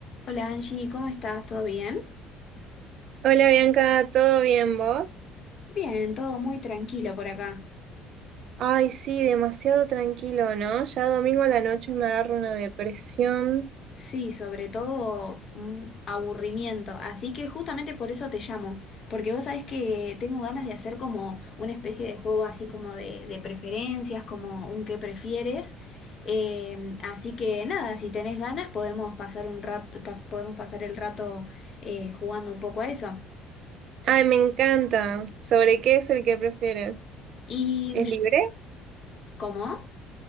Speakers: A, on the left; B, on the right.
A: Hola Angie, ¿cómo estás? ¿Todo bien?
B: Hola Bianca, ¿todo bien vos?
A: Bien, todo muy tranquilo por acá.
B: Ay, sí, demasiado tranquilo, ¿no? Ya domingo a la noche me agarro una depresión.
A: Sí, sobre todo un aburrimiento. Así que justamente por eso te llamo, porque vos sabés que tengo ganas de hacer como una especie de juego así como de, de preferencias, como un qué prefieres. Eh, así que nada, si tenés ganas podemos pasar un rato, pas- podemos pasar el rato eh, jugando un poco a eso.
B: Ay, me encanta. ¿Sobre qué es el que prefieres?
A: Y
B: ¿Es libre?
A: ¿cómo?